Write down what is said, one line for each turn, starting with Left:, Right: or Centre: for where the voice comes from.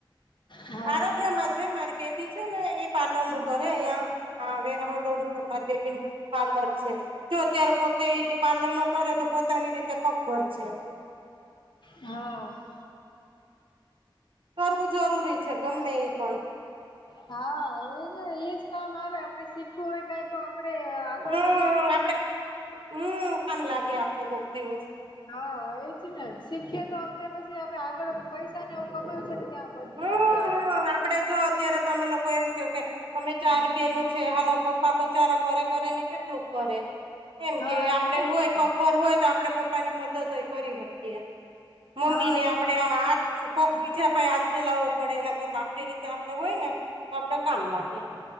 Left: હા
Right: આરોગ્ય છે મારી બેબી છે ને એ પાર્લર નું કરે અહંયા વેરાવળ રોડ ઉપર મારી બેબીનુ પાર્લક છે. જો અત્યારે પોતે ઈ પાર્લરનુ કરે તો પોતાની રીતે પગભર છે.
Left: હા.
Right: કરવું જરૂરી છે ગમે ઈ પણ.
Left: હા એજ એજ કામ આવે આપડે શીખવું હોય કાઈ તો આ પડે આગળ
Right: હમ
Left: વધી શકે.
Right: આપડે હમ કામ લાગે આપડે કોક દિવસ.
Left: હા એજ ને શીખીએે તો આપડે પછી આપડે આગળ પૈસા ને એવું કમાવી શકીએ આમ બધી
Right: હમ
Left: જગ્યા.
Right: આપડે જો અત્યારે તમે લોકો એમ ક્યોંકે અમે ચાર બેન છે. હાલ, પપ્પા બચારા કરે કરે ને, કેટલું કરે. એમ
Left: હા
Right: કે આપણે
Left: એટલે જ
Right: હોય,
Left: ને
Right: પગભર હોય તો આપણે પપ્પાની મદદ હોય કરી શકીએ. મમ્મીને
Left: હા ને
Right: આપણે હાથ કોક બીજા પાએ ફેલાવવો પડે એના કરતા આપણી રીતે આપણે હોય ને, તો આપણે કામ લાગે.